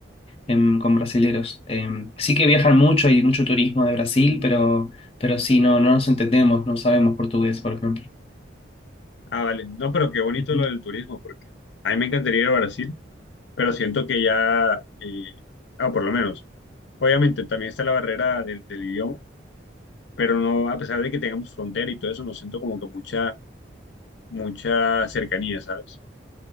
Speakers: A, on the left (about 30°); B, on the left (about 65°).
A: em, con brasileros. Em, sí que viajan mucho, hay mucho turismo de Brasil, pero, pero sí, no, no nos entendemos, no sabemos portugués, por ejemplo.
B: Ah, vale. No, pero qué bonito
A: Ujú.
B: lo del turismo, porque a mí me encantaría ir a Brasil, pero siento que ya, eh, ah, por lo menos, obviamente también está la barrera del, del idioma, pero no, a pesar de que tengamos frontera y todo eso, no siento como que mucha, mucha cercanía, ¿sabes?